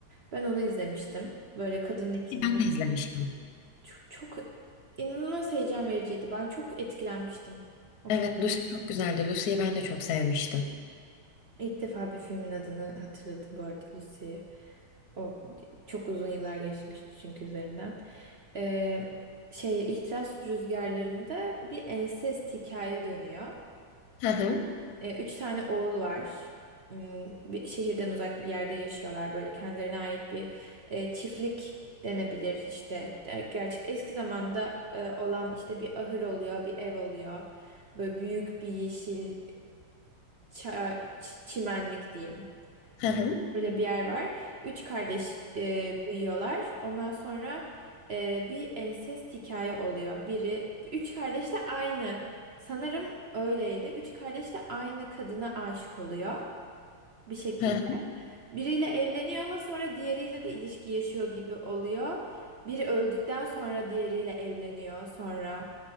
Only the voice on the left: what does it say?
ben de izlemiştim.
Evet, Lucy çok güzeldi. Lucy'yi ben de çok sevmiştim.
Hı hı,
hı hı.
hı